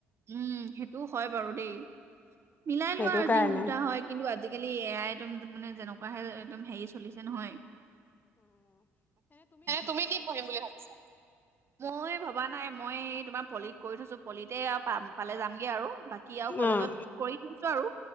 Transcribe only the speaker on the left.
সেইটো
কাৰণে
অ'